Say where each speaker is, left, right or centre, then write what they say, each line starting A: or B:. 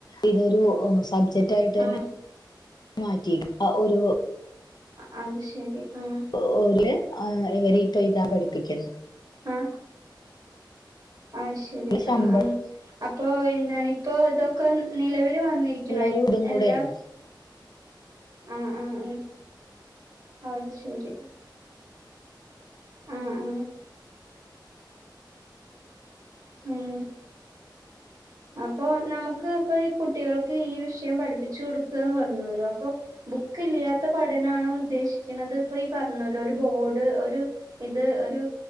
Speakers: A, on the left (about 60°); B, on the right (about 50°).
A: ഇതൊരു സ് ബഡ്ജറ്റ് ആയിട്ടെന്നെ
B: ആഹ്
A: മാറ്റി ആ ഒരു
B: അ അത് ശരി ആഹ്
A: ഒ ഓല് ആ ഇവര് ഇപ്പൊ എയൂതാൻ പഠിപ്പിക്കല്
B: അ അയ് ശരി
A: ശമ്പളമുള്ള
B: അആ അപ്പൊ എന്താണ് ഇപ്പൊ ഇതൊക്ക നിലവിൽ ല് വന്നിരിക്കണായ്
A: ഒരു ഇതും കൂടെയാണ്
B: എല്ലാ ആ ആ ആ അഹ് ശരി ആആ ഉം അപ്പൊ നമുക്ക് പ്പൊ ഈ കുട്ടികൾക്ക് ഈ വിഷയം പഠിപ്പിച്ചു കൊടുക്കുകാന്ന് പറഞ്ഞോല്ലോ അപ്പൊ ബുക്ക് ഇല്ല്യാത്ത പഠനാണോ ഉദ്ദേശിക്ക്ണത് ഇപ്പൊ ഈ പറഞ്ഞോലോ ഒരു ബോർഡ് ഒരു ഇത് ഒരു